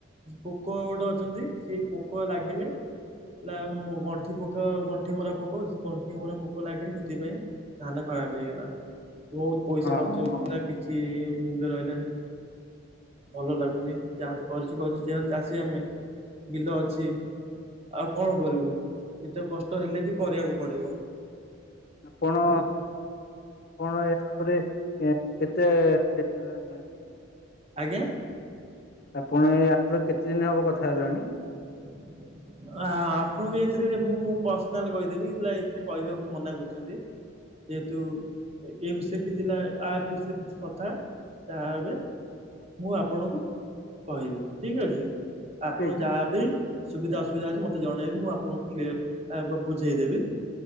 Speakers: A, on the right; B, on the left.
A: ପୋକ ଗୋଟେ ଅଛନ୍ତି। ସେଇ ପୋକ ଲାଗିଲେ ନାଁ ମୁଁ ଗଣ୍ଠି ପୋକ। ପୋକ ଗଣ୍ଠି ମରା ପୋକ ଗଣ୍ଠି ମରା ପୋକ ଲାଗିଲେ ସେଥିପାଇଁ ଧାନ ଖରାପ ହେଇଗଲା। ବହୁତ ପଇସା
B: ହଁ
A: ଖର୍ଚ୍ଚ
B: ହଁ
A: ହେଇଥିଲା। କି- କିଛି ମୁଲ୍ୟ ରହିଲାନି ଭଲ ଲାଗୁନି ଯାହା ତ କରିଛି। ଚାଷୀ ଆମେ। ବିଲ ଅଛି। ଆଉ କଣ କରିବୁ? ଏତେ କଷ୍ଟ ହେଲେ ବି କରିବାକୁ ପଡିବ।
B: ଆପଣ
A: ଠିକ ଅଛି
B: ଆପଣ ୟାପରେ କେତେ? ସେ। <inaudible> <unintelligible>
A: ଆଜ୍ଞା।
B: ଆପଣ ୟାପରେ କେତେ ଦିନ ହେବ କଥା ହେଲଣି?
A: <inaudible> <unintelligible> ଆପଣଙ୍କୁ ଏଇଥିରେ ମୁଁ ପର୍ସନାଲ କହିଦେବି ଏଥିରେ କହିବାକୁ ମନା କରିଛନ୍ତି। ଯେହେତୁ ଏ ବିଷୟରେ କିଛି ନା ଆପ ବିଷୟରେ କିଛି କଥା। ତା ଏବେ ମୁଁ ଆପଣଙ୍କୁ କହିବି। ଠିକ୍ ଅଛି। ଆପଣ
B: ଠିକ
A: ଯାହା।
B: ଅଛି
A: ସୁବିଧା ଅସୁବିଧା ଅଛି ମତେ ଜଣେଇବି। ମୁଁ ଆପଣଙ୍କୁ କ୍ଲିୟର ବୁ ବୁଝେଇଦେବି।